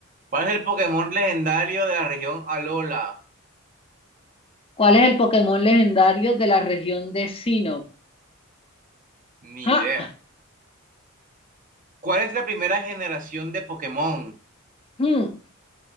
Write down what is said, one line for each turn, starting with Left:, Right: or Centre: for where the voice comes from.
Right: ¿Cuál es el Pokémon legendario de la región Alola?
Left: ¿Cuál es el Pokémon legendario de la región de Sinnoh?
Right: Ni
Left: Ja,
Right: idea. ¿Cuál es la primera generación de Pokémon?
Left: mm.